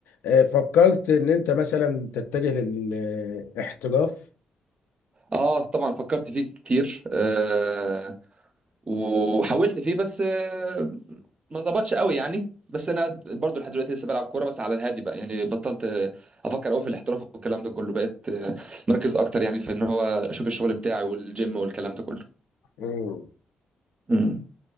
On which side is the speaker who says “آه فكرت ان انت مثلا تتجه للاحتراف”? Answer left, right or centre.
Left